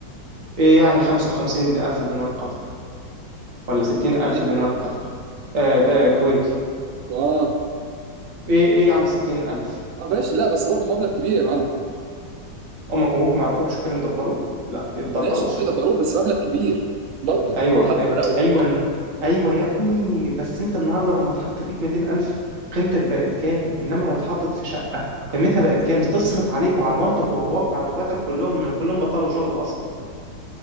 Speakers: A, on the right; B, on the right.
A: ايه يعني خمسة وخمسين ألف دينار قطر ولا ستين
B: خطر
A: ألف
B: ايه
A: دينار قطر آه ده كويتي
B: اه
A: ايه ايه يعني ستين ألف
B: اه ماشي لا بس برضه مبلغ كبير يا معلم
A: امك وابوك ما يعرفوش كانوا يدبروا لا يتدبروا
B: ماشي ممكن
A: سهولة
B: ابقى اروح بس مبلغ كبير برضه
A: ايوه
B: حتى
A: آه،
B: بلاوي
A: ايوه ايوه يا ابني بس انت النهارده لما اتحط فيك 200 الف قيمتك بقت كام انما لو اتحطت في شقه قيمتها بقت كام دي تصرف عليك وعلى مامتك وباباك وعلى اخواتك كلهم كلهم بطلوا شغل اصلا